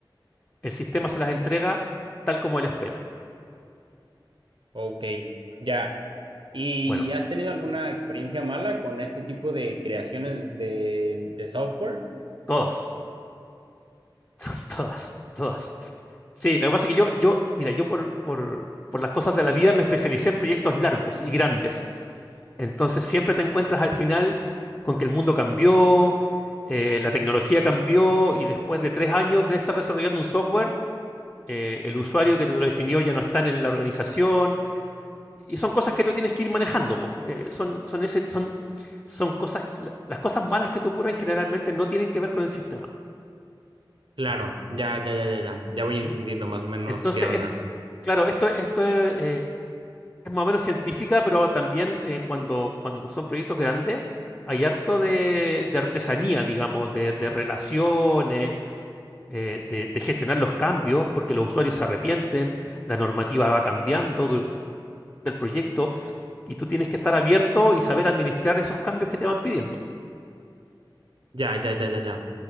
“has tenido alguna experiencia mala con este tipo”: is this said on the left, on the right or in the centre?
Right